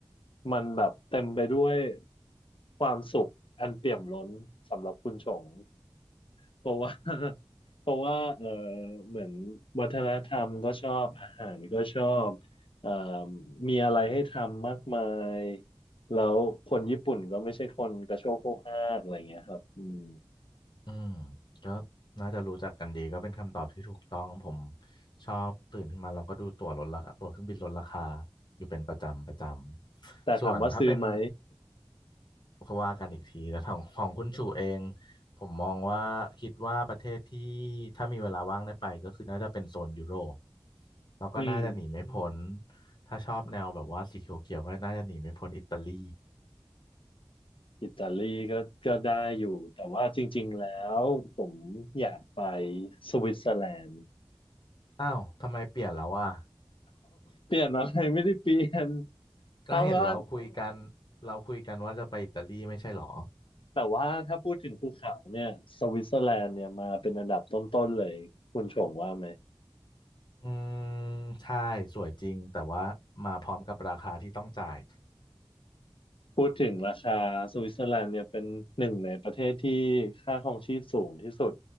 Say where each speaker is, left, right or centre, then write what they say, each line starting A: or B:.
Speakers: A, on the left; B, on the left.
A: มันแบบเต็มไปด้วยความสุขอันเปี่ยมล้นสำหรับคุณชงเพราะว่า <laughs> เพราะว่าเออเหมือนวัฒนธรรมก็ชอบอาหารก็ชอบเอ่อมีอะไรให้ทำมากมายแล้วคนญี่ปุ่นก็ไม่ใช่คนกระโชกโคกฮากอะไรเงี้ยครับอืม
B: อืมก็น่าจะรู้จักกันดีก็เป็นคำตอบที่ถูกต้องผมชอบตื่นขึ้นมาเราก็ดูตั๋วลดราคาตั๋วเครื่องบินลดราคาอยู่เป็นประจำประจำส่วนถ้าเป็น
A: แต่ถามว่าซื้อไหม
B: ก็ว่ากันอีกทีแต่ของของคุณชูเองผมมองว่าคิดว่าประเทศที่ถ้ามีเวลาว่างได้ไปก็คือน่าจะเป็นโซนยุโรปแล้วก็น่าจะหนีไม่พ้น
A: อืม
B: ถ้าชอบแนวแบบว่าสีเขียวๆก็น่าจะหนีไม่พ้นอิตาลี
A: อิตาลีก็ก็ได้อยู่ แต่ว่าจริงๆแล้วผมอยากไปสวิตเซอร์แลนด์
B: อ้าวทำไมเปลี่ยนแล้ววะ
A: เปลี่ยนอะไรไม่ได้เปลี่ยน
B: ก็เห็นเราคุยกัน
A: ถ้าว่า
B: เราคุยกันว่าจะไปอิตาลีไม่ใช่หรอ
A: แต่ว่าถ้าพูดถึงภูเขาเนี่ยสวิตเซอร์แลนด์เนี่ยมาเป็นอันดับต้นๆเลยคุณชงว่าไหม
B: อืมใช่สวยจริงแต่ว่ามาพร้อมกับราคาที่ต้องจ่าย
A: พูดถึงราคาสวิตเซอร์แลนด์เนี่ยเป็นหนึ่งในประเทศที่ค่าครองชีพสูงที่สุด